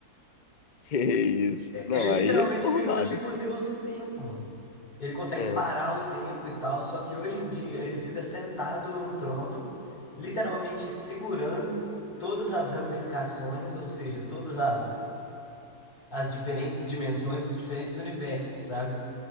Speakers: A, on the left; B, on the left.
A: Que isso.
B: É,
A: Não,
B: Ele
A: aí
B: literalmente
A: ele ficou
B: virou
A: roubado,
B: tipo o
A: pô.
B: deus do tempo, mano. Ele consegue
A: É.
B: parar o tempo e tal, só que hoje em dia ele fica sentado num trono, literalmente segurando todas as ramificações, ou seja, todas as, as diferentes dimensões, os diferentes universos, sabe?